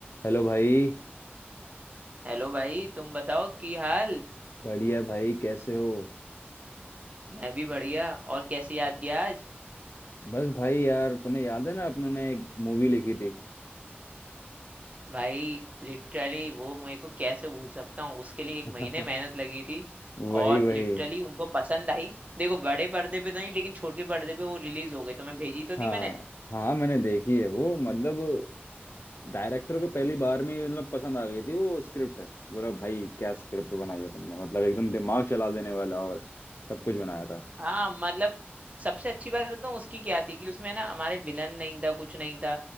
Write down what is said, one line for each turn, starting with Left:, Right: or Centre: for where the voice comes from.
Left: Hello भाई
Right: हेलो भाई तुम बताओ की हाल
Left: बढ़िया भाई कैसे हो
Right: मैं भी बढ़िया और कैसे याद किया आज
Left: बस भाई यार तुम्हें याद है ना अपन ने एक मूवी लिखी थी
Right: भाई लिटरली वो मेरे को कैसे भूल सकता हूँ उसके लिए एक
Left: <laughs>
Right: महीने मेहनत लगी थी
Left: वही
Right: और
Left: वही
Right: लिटरली उनको पसंद आई देखो बड़े पर्दे पे तो नहीं लेकिन छोटे पर्दे पे वो रिलीज हो गई तो मैं भेजी तो
Left: हाँ
Right: थी मैंने
Left: हाँ मैंने देखी है वो मतलब डायरेक्टर को पहली बार में ही मतलब पसंद आ गई थी वो स्क्रिप्ट बोला भाई क्या स्क्रिप्ट बनाई है तुमने मतलब एकदम दिमाग चला देने वाला और सब कुछ बनाया था
Right: हाँ मतलब सबसे अच्छी बात बताऊँ उसकी क्या थी कि उसमें ना हमारे विलन नहीं था कुछ नहीं था